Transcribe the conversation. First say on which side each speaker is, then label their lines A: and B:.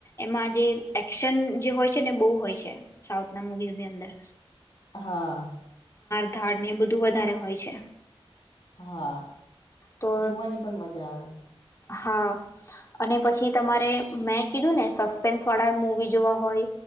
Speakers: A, on the left (about 30°); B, on the left (about 60°).
A: એમાં જે એક્શન જે હોય છે ને બહુ હોય છે, સાઉથના મવીઝની અંદર.
B: હા.
A: ાડ ને એ બધું વધારે હોય છે.
B: હા,
A: તો
B: જોવાની પણ મજા આવે.
A: હા, અને પછી તમારે મેં કીધું ને સસ્પેન્સ વાળા મુવી જોવા હોય,